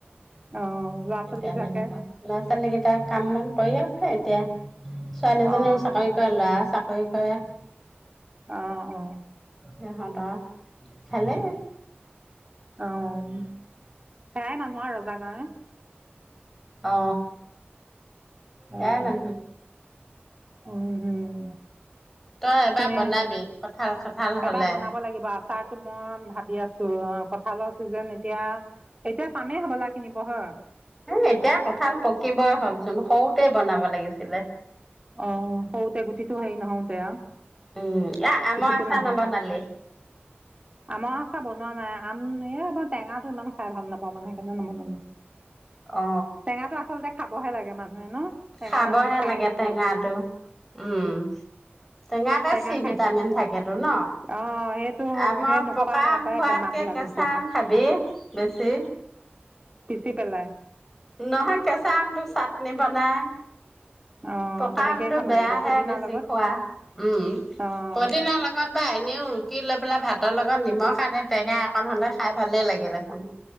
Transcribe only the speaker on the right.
অ', ল'ৰা
ছোৱালী বিলাকে
অ',
আহ অ
অম সেয়াই মানুহ আৰু ৰজা গাৱে-
অ',
উম হম
কিনে
এবাৰ বনাব লাগিব আচাৰটো মই ভাবি আছো কঠালৰ চিজন এতিয়া এতিয়া পামেই হবলা কিনিব হয়
অ সৰুতে গোটিটো হেই নহওঁতে আউ
কুটিটো
নহল
আমৰ আচাহ বনোৱা নাই আম মই টেঙাটো ইমান খাই ভাল নাপাওঁ মানে সেইকাৰণে নবনালো।
টেঙাটো আচলতে খাব। বহে লাগে মান হয় ন টেঙা
খাই
থাকি।
টেঙা
খাই
থাকিলে
অ' সেইটো
সেই নোখোৱা
হোৱাৰ
পৰাই
বেমাৰবিলাক
হৈছে
পিচি পেলাই
অ'
তেনেকেই
খাব
লাগিব পদিনাৰ
লগত
অ'